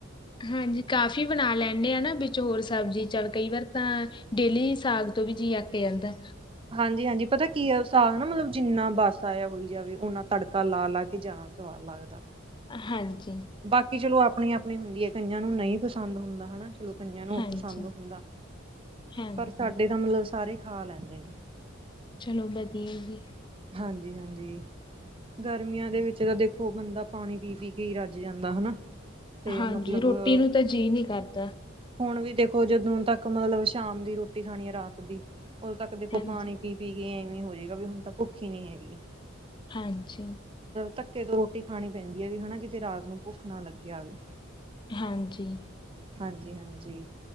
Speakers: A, on the left; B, on the right.
A: ਹਾਂਜੀ ਕਾਫੀ ਬਣਾ ਲੇ ਕਹਿੰਦੇ ਆ ਨਾ ਵਿੱਚ ਹੋਰ ਸਬਜ਼ੀ ਚੱਲ, ਕਈ ਵਾਰ ਤਾਂ ਡੇਲੀ ਸਾਗ ਤੋਂ ਵੀ ਜੀ ਅਕ ਜਾਂਦਾ।
B: ਹਾਂਜੀ-ਹਾਂਜੀ, ਪਤਾ ਕੀ ਆ ਸਾਗ ਨਾ ਮਤਲਬ ਜਿੰਨਾ ਬਾਸਾ ਜਿਹਾ ਹੋਈ ਜਾਵੇ, ਓਨਾ ਤੜਕਾ ਲਾ ਲਾ ਕੇ ਜਾਣਾ ਸਵਾਦ ਲੱਗਦਾ।
A: ਹਾਂਜੀ।
B: ਬਾਕੀ ਚਲੋ ਆਪ ਆਪਣੀ-ਆਪਣੀ ਹੁੰਦੀ ਏ, ਕਈਆਂ ਨੂੰ ਨਹੀਂ ਪਸੰਦ ਹੁੰਦਾ ਹਨਾ। ਚੱਲੋ ਕਈਆਂ ਨੂੰ
A: ਹਾਂਜੀ
B: ਪਸੰਦ ਹੁੰਦਾ,
A: ਹਾਂਜੀ
B: ਪਰ ਸਾਡੇ ਤਾਂ ਮਤਲਬ ਸਾਰੇ ਖਾ ਲੈਂਦੇ ਨੇ।
A: ਚਲੋ ਵਧੀਆ ਜੀ।
B: ਹਾਂਜੀ-ਹਾਂਜੀ, ਗਰਮੀਆਂ ਦੇ ਵਿੱਚ ਨਾ ਦੇਖੋ, ਬੰਦਾ ਪਾਣੀ ਪੀ ਪੀ ਕੇ ਹੀ ਰੱਜ ਜਾਂਦਾ ਹਨਾ। ਤੇ
A: ਹਾਂਜੀ
B: ਮਤਲਬ
A: ਰੋਟੀ ਨੂੰ ਤਾਂ ਜੀਅ ਨਹੀਂ ਕਰਦਾ।
B: ਹੁਣ ਵੀ ਦੇਖੋ, ਜਦੋਂ ਤੱਕ ਮਤਲਬ ਸ਼ਾਮ ਦੀ ਰੋਟੀ ਖਾਣੀ ਹੈ, ਰਾਤ ਦੀ ਉਦੋਂ ਤੱਕ ਦੇਖੋ
A: ਹਾਂਜੀ
B: ਪਾਣੀ ਪੀ ਪੀ ਐਵੇਂ ਹੋ ਜਾਏਗਾ ਵੀ ਹੁਣ ਤਾਂ ਸਿੱਖੀ ਨਹੀਂ ਹੈਗੀ।
A: ਹਾਂਜੀ।
B: ਧੱਕੇ ਤੋਂ ਰੋਟੀ ਖਾਣੀ ਪੈਂਦੀ ਐ ਵੀ ਹਨਾ, ਕਿਤੇ ਰਾਤ ਨੂੰ ਭੁੱਖ ਨਾ ਲੱਗ ਆਵੇ।
A: ਹਾਂਜੀ।
B: ਹਾਂਜੀ ਹਾਂਜੀ,